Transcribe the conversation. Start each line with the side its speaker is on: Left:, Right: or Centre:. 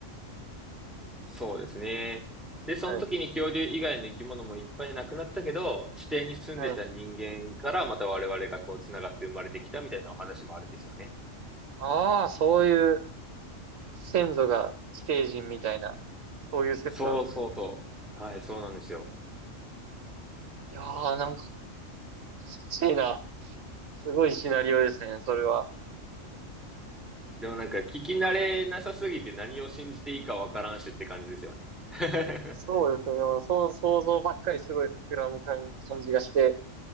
Centre: そうですね。で、その時に恐竜以外の生き物もいっぱい亡くなったけど、
Right: はい、
Centre: 地底に住んでた人間からまた我々がこう繋がって生まれてきたみたいなお話もあるんですよね。
Right: はい。ああ、そういう先祖が地底人みたいな、そういう説なんですね。
Centre: そうそうそう。はい、そうなんですよ。
Right: いやー、なんか、きついな。すごいシナリオですね、それは。
Centre: でもなんか聞き慣れなさすぎて何を信じていいかわからんしって感じですよね。<laughs>
Right: そうですね、でも、そう、想像ばっかりすごい膨らむ感感じがして、